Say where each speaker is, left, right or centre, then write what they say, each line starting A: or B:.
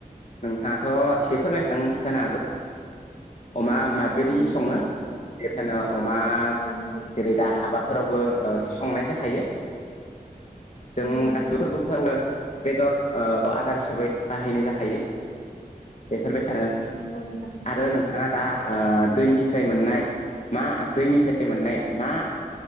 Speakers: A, on the left; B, on the left.
A: नोंथाङाथ एसे फोरमायखां जानो हागौ अमा माबायदि
B: औ नंगौ
A: सङो बेफोरनो अमा
B: औ नंगौ
A: जेरै दा हाबाफोरावबो ओ संनाय जाखायो जों
B: नंगौ
A: गासैबो फो‌रबोफोरावबो बेदर ओ आदार हिसाबै बाहायनाय जाखायो बेफोर बायसानो
B: नंगौ नोंथां
A: आरो नोंथाङा दा ओ
B: औ
A: दैनिफ्राय मोननाय मा दैनिफ्राय मोननाय मा